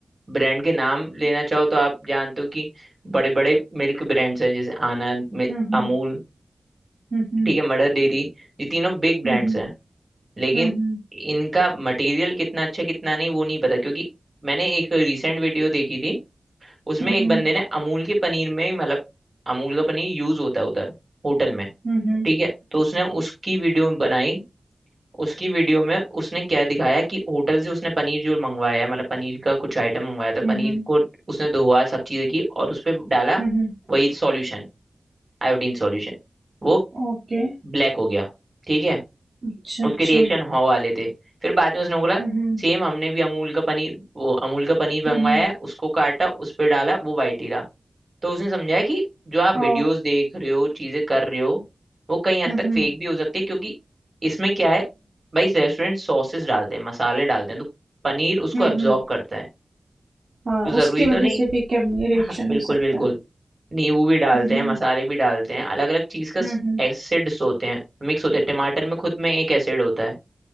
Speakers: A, on the right; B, on the right.
A: ब्रांड के नाम लेना चाहो तो आप जानते हो कि बड़े बड़े मिल्क ब्रांड्स हैं जैसे आनंद मि-
B: हम्म हम्म
A: अमूल
B: हम्म
A: ठीक है मदर डेयरी ये तीनों बिग ब्रांड्स
B: हम्म
A: हैं लेकिन
B: हम्म
A: इनका मटेरियल कितना अच्छा है, कितना नहीं वो नहीं पता क्योंकि मैंने एक रिसेंट वीडियो देखी थी उसमें
B: हम्म
A: एक बंदे ने अमूल के पनीर में ही मतलब अमूल का पनीर यूज होता है उधर होटल में
B: हम्म
A: ठीक है तो उसने उसकी वीडियो बनाई उसकी वीडियो में उसने क्या दिखाया कि होटल से उसने पनीर जो मंगवाया है मतलब पनीर का कुछ आइटम मंगवाया था
B: हम्म
A: पनीर को उसने धोया सब चीजें की और उस पर डाला
B: हम्म
A: वही सॉल्यूशन आयोडीन सॉल्यूशन वो
B: ओके
A: ब्लैक हो गया ठीक है
B: अच्छा अच्छा
A: उसके रिएक्शन हॉ वाले थे फिर बाद में उसने बोला
B: हम्म
A: सेम हमने भी अमूल का पनीर वो अमूल का पनीर मंगवाया
B: हम्म
A: है उसको काटा उस पर डाला वो वाइट ही रहा तो उसने समझाया कि जो आप वीडियोस
B: ओ
A: देख रहे हो चीजें कर रहे हो वो कहीं हद
B: हम्म
A: तक
B: हम्म
A: फेक भी हो सकती है क्योंकि इसमें क्या है भाई रेस्टोरेंट सॉसेस डालते हैं मसाले डालते हैं तो पनीर उसको
B: हम्म
A: एब्जॉर्ब करता है
B: हाँ
A: तो जरूरी
B: उसकी
A: तो
B: वजह
A: नहीं
B: से भी केमिकल रिएक्शन
A: हाँ, बिल्कुल
B: हो सकता
A: बिल्कुल
B: है
A: नींबू भी डालते
B: हम्म
A: हैं मसाले भी डालते हैं अलग अलग चीज का
B: हम्म
A: एसिड्स होते हैं मिक्स होते हैं टमाटर में खुद में एक एसिड होता है